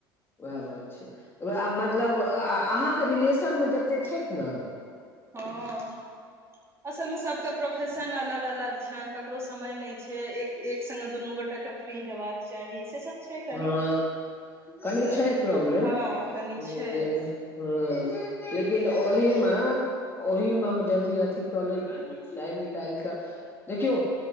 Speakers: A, on the left; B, on the right.
A: ओहै बात छै वे आब मतलब आ अहाँकेँ रिलेशन मे जतेक छैथ नऽ
B: हँ असलमे सबके प्रोफेशन अलग अलग छैन ककरो समय नय छै एक एक संगे दुनू गोटे केँ फ्री हेबाक चाही से सब छै कनि
A: हँ कनि
B: तऽ
A: छै प्रॉब्लम
B: हँ
A: <unintelligible>
B: कनि छै
A: हँ लेकिन ओहि
B: ताहि दुआरे
A: मऽ ओहि मऽ हम जदी अथी कऽ लेब टाइम निकाइल कऽ देखियौ